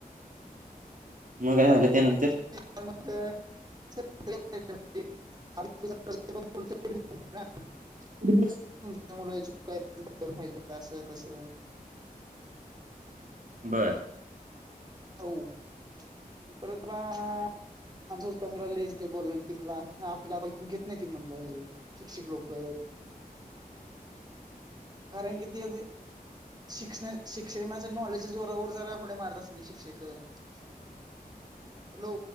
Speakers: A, on the right; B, on the right.
A: मग काय झालं, त्यानंतर
B: <unintelligible> <unintelligible>
A: <inaudible>
B: तुमचा मुलगा चुकायचा नको पाहिजे होता. अस तसं
A: बरं,
B: <unintelligible> आमच तमला लईच काही बोला, तिला आपल्याला घेत नाही. ती म्हणलं हे शिक्षिक लोक कारण कि तेच आहे. शिक्षनल शिक्षणाच नॉलेज जोरावर जरा उड्या मारायचं. तुझी शिक्षक हॅलो,